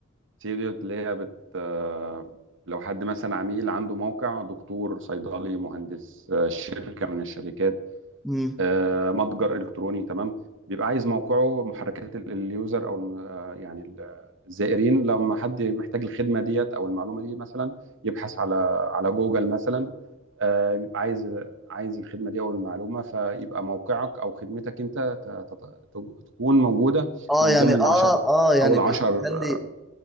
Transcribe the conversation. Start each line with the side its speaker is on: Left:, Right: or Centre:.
Right: سيو دي اللي هي بت آه، لو حد مثلا عميل عنده موقع دكتور صيدلي مهندس آه، شركة من الشركات
Centre: امم
Right: آه، متجر إلكتروني تمام بيبقى عايز موقعه محركات ال- اليوزر أو الم- آه، يعني ال- الزائرين لما حد محتاج الخدمة ديت أو المعلومة دي مثلا يبحث على على جوجل مثلا آه، بيبقى عايز عايز الخدمه دي او المعلومه فيبقى موقعك او خدمتك انت ت- ت- ت- تكون موجوده
Centre: اه
Right: من
Centre: يعني
Right: ضمن
Centre: اه
Right: العشر
Centre: اه يعني
Right: اول
Centre: بي-
Right: عشر
Centre: بيخلي